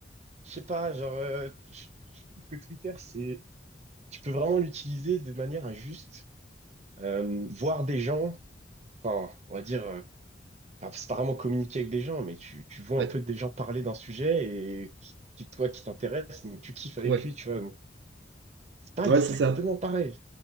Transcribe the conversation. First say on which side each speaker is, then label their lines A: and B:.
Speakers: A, on the right; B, on the right.
A: je sais pas, genre, euh, je je trouve que Twitter, c'est, tu peux vraiment l'utiliser de manière injuste euh, voir des gens, enfin, on va dire. euh, enfin, c'est pas vraiment communiquer avec des gens, mais tu, tu vois
B: Ouais.
A: un peu des gens parler d'un sujet et qui, qui- toi qui t'intéresse, donc tu kiffes avec
B: Ouais.
A: lui, tu vois. Donc, C'est pas
B: Ouais,
A: exactement
B: c'est ça.
A: pareil.